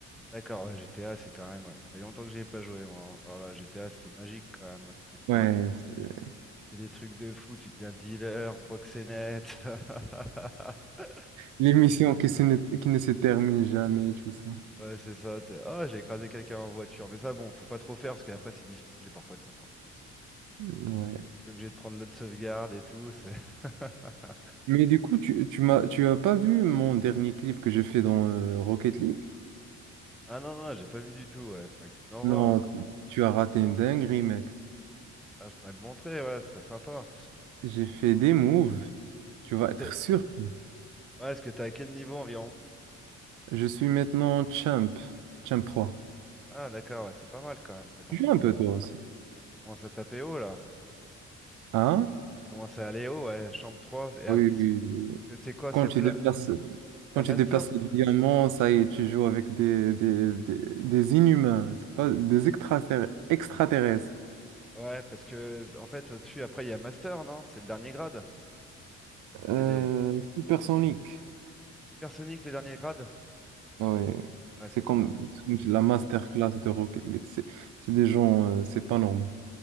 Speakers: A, in the centre; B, on the right (about 80°).
A: d'accord, ouais, GTA, c'est quand même. Ça fait longtemps que j'y ai pas joué, moi. hein. Oh là, GTA, c'était magique quand même. hein. Tu fais, tes-
B: Ouais, c'est-
A: tu fais des trucs de fou, tu deviens dealer, proxénète. <laughs>
B: les missions qui, se ne, qui ne se terminent jamais, tout ça.
A: Ouais, c'est ça. t'es- Ah, j'ai écrasé quelqu'un en voiture. Mais ça, bon, faut pas trop faire parce qu'après, c'est difficile parfois de s'en sortir.
B: Ouais.
A: T'es obligé de prendre l'autre sauvegarde et tout. c'est- <laughs>
B: Mais du coup, tu, tu m'as, tu as pas vu mon dernier clip que j'ai fait dans euh, Rocket League?
A: Ah non, non, j'ai pas vu du tout. Ouais, faudrait que tu me l'envoies.
B: Non, tu tu as raté une dinguerie, mec.
A: Ah, faudrait me montrer, ouais, ce serait sympa.
B: J'ai fait des moves. Tu vas
A: Que
B: être
A: t'es-
B: surpris.
A: Ouais, est-ce que t'es à quel niveau environ?
B: Je suis maintenant champ, champ trois
A: Ah d'accord, ouais, c'est pas mal quand même, ça commence
B: Tu joues
A: à
B: un
A: taper,
B: peu toi aussi.
A: commence à taper haut là.
B: Hein?
A: Ça commence à aller haut, ouais, chambre trois et ah,
B: Oui,
A: parce
B: oui, oui. oui.
A: que tu sais quoi,
B: Quand
A: c'est
B: tu
A: plat.
B: déplaces, quand
A: T'as
B: tu
A: master?
B: déplaces le diamant, ça y est, tu joues avec des, des, des, des inhumains, c'est pas des extraterrestres. extraterrestres.
A: Ouais, parce que en fait au-dessus, après il y a master, non? C'est le dernier grade? Ou
B: Euh,
A: C'est les
B: supersonique.
A: hypersoniques les derniers grades?
B: Ouais.
A: Ouais,
B: C'est
A: ça
B: comme,
A: commence.
B: c'est comme
A: D'accord.
B: la masterclass de Rocket League. C'est c'est des gens, euh, c'est pas normaux.